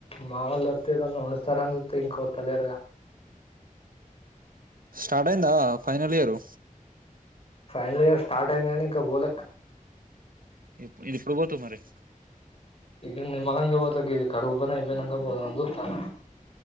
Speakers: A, on the left (about 45°); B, on the right (about 80°).
A: మావల్ వాతేదన వండుతారనీ చుతే ఇంకా వాతలేదుగా
B: స్టార్ట్ అయిందా final year
A: final year start అయింది కానీ ఇంకా పోలే
B: ఎప్పు ఇది ఎప్పుడు పోతావు మరి
A: ఇది నిమరంగ పోతే గీది కరువు పని అయిపోయినకా పోదామని చూతనా